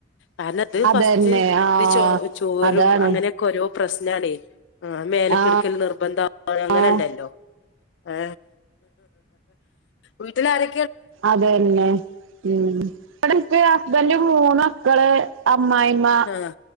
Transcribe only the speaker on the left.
കാരണം ത്
ഫസ്റ്റ്
ഇത് ചോ ചോരും
അങ്ങനെക്കെ ഓരോ പ്രശ്നാണേ ആഹ് മേല്ക്ക്ട്ക്കല്
നിർബന്ധ അങ്ങനെണ്ടല്ലോ
ഏ വീട്ട്ലാരൊ
ആഹ്